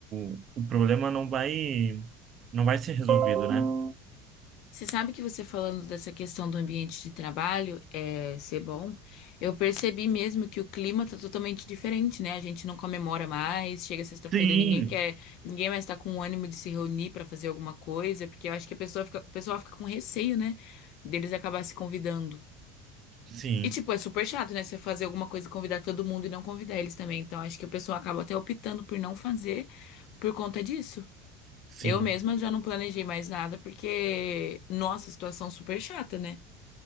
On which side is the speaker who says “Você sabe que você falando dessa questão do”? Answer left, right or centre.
Left